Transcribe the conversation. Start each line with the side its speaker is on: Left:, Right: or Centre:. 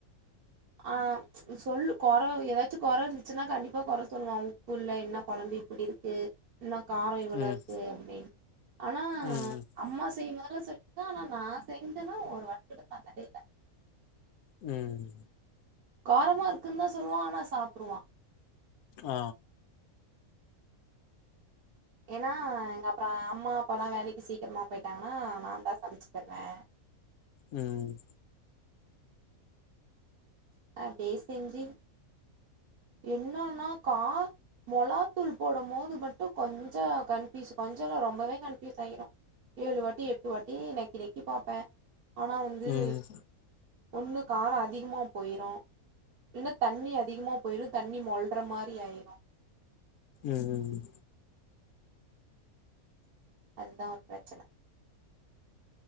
Right: ஆ சொல்லு கோற ஏதாச்சும் கோற இருந்துச்சுன்னா கண்டிப்பா கோற சொல்லுவா உப்புல்ல என்ன குழம்பு இப்டி இருக்கு என்ன காரோ இ்வ்ளோ
Left: ம்
Right: இருக்கு அப்டீன்னு ஆனா
Left: ம்
Right: அம்மா செய்யும் போதெல்லா சொல்வே ஆனா நா செஞ்சேன்னா ஒரு <unintelligible> இல்ல
Left: உம்
Right: காரமா இருக்குன்னு தா சொல்லுவா ஆனா சாப்ட்றுவா
Left: அ
Right: ஏன்னா எங்க அப்பா அம்மா அப்பால்லா வேலைக்கி சீக்கிரமா போயிட்டாங்கன்னா நா தா சமைச்சு தருவே
Left: ம்
Right: அப்டியே செஞ்சி என்னன்னா கா மொளாத்தூள் போடும் போது மட்டு கொஞ்சொ கன்பீஸ் கொஞ்சோலால்ல ரொம்பவே கன்ஃப்யூஸ் ஆயிரோ ஏழு வாட்டி எட்டு வாட்டி நக்கி நக்கி பாப்பே ஆனா வந்து
Left: ம்
Right: ஒண்ணு காரோ அதிகமா போயிரோ இல்ல தண்ணி அதிகமா போயிரோ தண்ணி மொல்ற மாரி ஆயிரோ
Left: ம் ம் ம்
Right: அதுதா ஒரு பிரச்சன